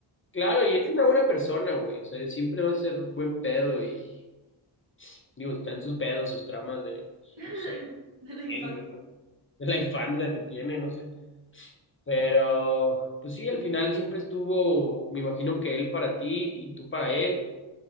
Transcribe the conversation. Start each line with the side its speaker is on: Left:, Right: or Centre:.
Left: claro, y es una buena persona, güey. O sea, siempre va a ser buen pedo y digo, están sus pedos, sus tramas de,
Right: <laughs>
Left: no sé,
Right: de la infancia.
Left: qué, güey, ¿no? de la infancia que tiene, no sé. Pero, pues sí, al final siempre estuvo, me imagino que él para ti y tú para él.